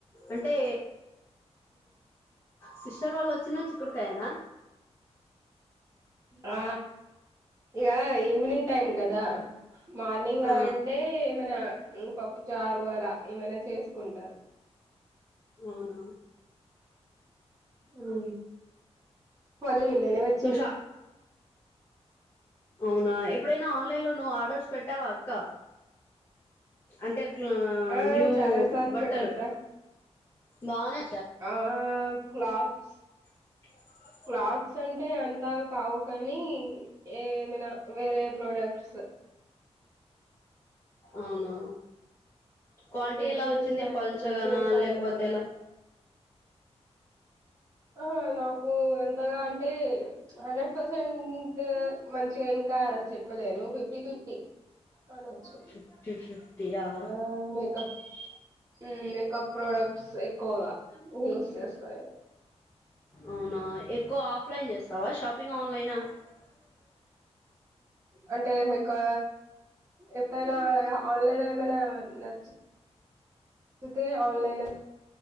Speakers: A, on the left; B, on the right.
A: అంటే సిస్టర్ వాళ్ళు వచ్చిన చిక్కుడుకాయనా
B: ఆ ఇగా ఈవినింగ్ టైమ్ కదా మార్నింగ్
A: ఆ
B: లా అంటే ఏమనా పప్పు చారు అలా ఏమైనా చేసుకుంటాం
A: అవునా
B: ఉ వల్లి నేల వచ్చను
A: నువ్వు షా అవునా ఎప్పుడైనా ఆన్లైన్ లో నువ్వు ఆర్డర్స్ పెట్టావా అక్క, అంటే
B: ఆ
A: న్యూ
B: చాలా సార్లు
A: బట్టలు
B: పెట్టానురా
A: బానే
B: ఆ క్లాత్స్
A: <unintelligible>
B: క్లాత్స్ అంటే అంతా కావు కానీ ఏమైనా వేరే ప్రోడక్ట్స్,
A: <unintelligible> అవునా క్వాలిటీ
B: బెడ్షీట్స్
A: ఎలా వచ్చింది పల్చగానా
B: బెడ్షీట్స్
A: లేకపోతే
B: అయినా
A: ఎలా
B: ఆ నాకు అంతగా అంటే హండ్రెడ్ పర్సెంట్ మంచిగా ఇంకా ఇంకా చెప్పలేను ఫిఫ్టీ ఫిఫ్టీ
A: <unintelligible>
B: అనొచ్చు
A: ఫిఫ్టీ ఫిఫ్టీ య
B: ఆ మేకప్ ప్రోడక్ట్స్ ఎక్కువ యూస్ చేస్తా,
A: అవునా ఎక్కువ ఆఫ్లైన్ చేస్తావా, షాపింగ్ ఆన్లైనా <unintelligible>
B: అంటే మీకు ఎప్పుడైనా ఆన్లైన్ ఏమైనా నచ్చ అతే ఆన్లైన్